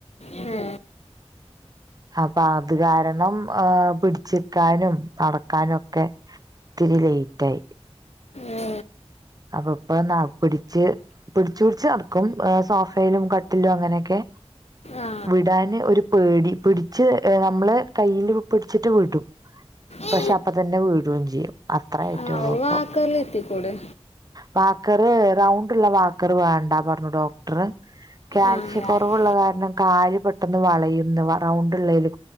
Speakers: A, on the left (about 75°); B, on the right (about 35°).
A: ഏ,
B: അപ്പൊ അത് കാരണം ഏ പിടിച്ചിക്കാനും നടക്കാനൊക്കെ ഒത്തിരി ലേറ്റ് ആയി
A: ഏ,
B: അപ്പൊ ഇപ്പൊ ന്ന പിടിച്ച് പിടിച്ച് പിടിച്ച് നട ക്കും സോഫയിലും, കട്ടിലും അങ്ങനെയൊക്കെ
A: ആ
B: വിടാന് ഒരു പേടി പിടിച്ച് ഏ നമ്മള് കയ്യില് പിടിച്ചിട്ട് വിടും
A: ഏ.
B: പക്ഷെ അപ്പ തന്നെ വിടൂ ചെയ്യും അത്ര ആയ്റ്റൊള്ളൂപ്പം.
A: ആ വാക്കറിൽ എത്തിക്കൂടെ
B: വാക്കറ് റൗണ്ടുള്ള വാക്കറ് വേണ്ടാ പറഞ്ഞു. കാൽസ്യ
A: ആ
B: കൊറവുള്ള കാരണം കാല് പെട്ടെന്ന് വളയുന്നു റൗണ്ട് ഉള്ളേല്